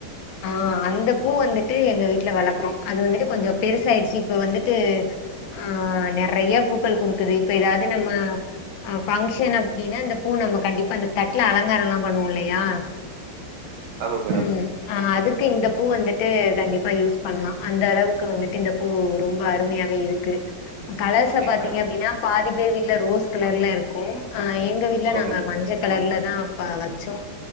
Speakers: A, on the left; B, on the right.
A: ஆ அந்த பூ வந்து நட்டு எங்க வீட்டுல வளக்குறோம் அது வந்துட்டு கொஞ்சோம் பெருசாயிடுச்சு இப்ப வந்துட்டு ஆ நெறைய பூ பூக்கள்குடுக்குதே இப்ப ஏதாவது நம்ம ஹ பங்க்ஷன் அப்டின்னா இந்த பூ நம்ம கண்டிப்பா அந்த தட்ல அலங்காரம்லாம் பண்ணுவோம் இல்லயா
B: ஆமாங்க மேடம்
A: ம் அதுக் இந்த பூ வந்துட்டு கண்டிப்பா யூஸ் பண்லாம் அந்த அளவுக்கு வந்துட்டு இந்த பூ ரொம்ப அருமையாவே இருக்கு கலர்ஸ
B: ஓகேங்க
A: பாத்தீங்க
B: மேடம்
A: அப்டின்னா பாதி பேர் வீட்ல ரோஸ் கலர்ல இருக்கும் ஹ எங்க வீட்ல
B: ஓகே
A: நாங்க மஞ்ச கலர்ல ஏனா‌அப்ப வச்சோம்